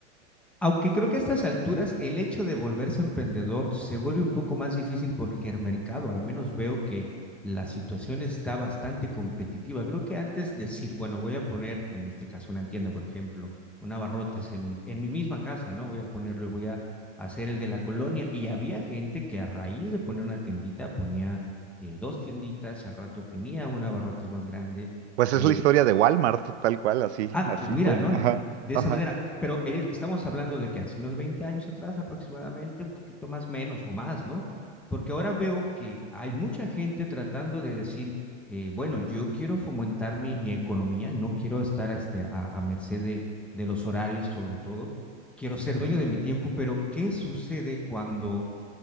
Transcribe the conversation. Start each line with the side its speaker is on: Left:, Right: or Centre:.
Centre: Aunque creo que a estas alturas el hecho de volverse emprendedor se vuelve un poco más difícil porque el mercado, al menos veo que la situación está bastante competitiva. Creo que antes decir, bueno, voy a poner, en este caso una tienda, por ejemplo, un abarrotes en mi, en mi misma casa, ¿no? Voy a ponerlo y voy a hacer el de la colonia. Y había gente que a raíz de poner una tiendita ponía eh, dos tienditas y al rato tenía un abarrotes más grande.
Right: Pues es
Centre: Eh,
Right: la historia de Walmart, tal cual, así,
Centre: Ah,
Right: así
Centre: pues mira,
Right: fue.
Centre: ¿no?
Right: Ajá,
Centre: Ent- De
Right: ajá.
Centre: esa manera, pero eres- estamos hablando de que hace unos 20 años atrás aproximadamente, un poquito más menos o más, ¿no? Porque ahora veo que hay mucha gente tratando de decir, eh, bueno, yo quiero fomentar mi, mi economía, no quiero estar a, este, a, a merced de, de los horarios sobre todo, quiero ser dueño de mi tiempo, pero ¿qué sucede cuando